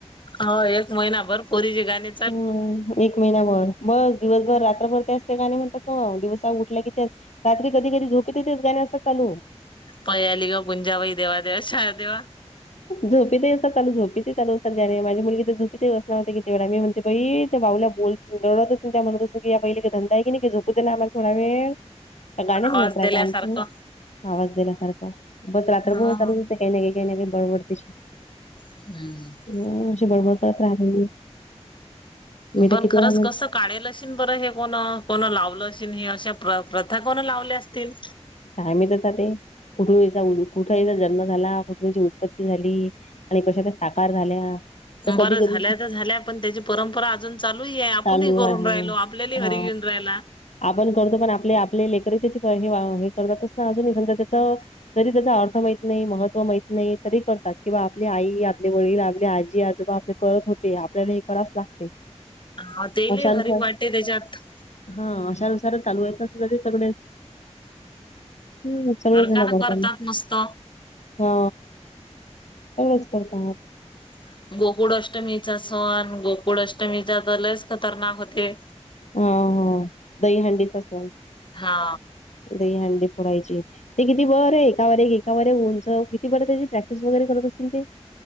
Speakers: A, on the left; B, on the left.
A: हो एक महिनाभर पोरी ची गाणी,
B: हा.. एक महिनाभर बस दिवसभर, रात्रभर त्याच त्या गाणं म्हणतात ना व दिवसा उठल्या कि त्याच रात्री कधी-कधी झोपी ते तेेच गाणे असतात चालू.
A: पयाली गा गुंजा वई देवा, देवा शहा देवा
B: झोपीतही असतात चालू, झोपीतही चालू् असतात गाणी, माझी मुलगी तर झोपतही बस ना म्हणते कितीे वेळा मी म्हण ते बई त्या भाऊला बोल दडत असतील, त्या म्हणत असतील की या बाईले काय धंदा आहे की नाही काय झोपू देणा आम्हांला थोडा वेळ. आता गाणीचं
A: आवाज
B: म्हणताय
A: दिल्यासारखं.
B: टायमचं, आवाज दिल्यासारखं बस रात्रभर
A: हा
B: चालूच असते काही ना काही, काही ना काही, बडबड तिची.
A: हू.. ह..
B: ह अशी बडबड करत राहते मी,
A: पण
B: तर किती
A: खरंच
B: वेळा म्हणते
A: कसं, काढेल असन बरं हे कोण? कोणं लावलं असनं हे अशा प्र प्रथा कोण लावल्या असतील?.
B: काय माहित आता ते, कुठून ईचा-कुठे ईचा जन्म झाला, कुठं ईची उत्पत्ती झाली. आणि कशा त्या साकार झाल्या, तर
A: बरं
B: कधी
A: झाल्या
B: कधी
A: तर झाल्या पण त्याची परंपरा अजून चालूही आहे आपणही
B: चालू
A: करून
B: आहे
A: राहिलो आपल्याले भी
B: हा
A: हरी घेऊन राहिला
B: आपण करतो पण आपले आपले लेकरं त्याची हे करतातस ना अजून समजा त्याच तरी त्याचा अर्थ माहीत नाही महत्त्व माहीत नाही तरी करतात किंवा आपली आई आपले वडील आपली आजी आजोबा आपले करत होते आपल्याला हे करावच लागते
A: ह तेलई
B: अशानुसार
A: हरीक वाटे त्याच्यात
B: हा अशाानुसार चालू आहेेत अस ते सगळे हम्म सगळे
A: नरकानं
B: जण करतान
A: करतात मस्त
B: हा सगळंच करताना
A: <inaudible> गोकुळ अष्टमीचा सण गोकुळ अष्टमी लयच खतरनाक होते
B: हा हा दहीहंडीचा सण
A: हा
B: दहीहंडी फोडायची ते किती वरं एका वर एक एका वर एक ऊंचं किती बरं त्याची प्रॅक्टिस वगैरे करत असतील ते